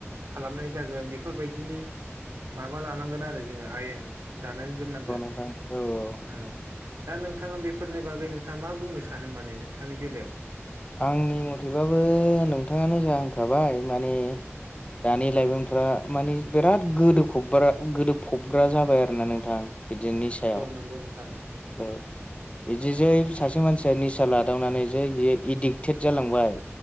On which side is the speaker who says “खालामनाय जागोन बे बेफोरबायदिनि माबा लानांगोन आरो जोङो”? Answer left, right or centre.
Right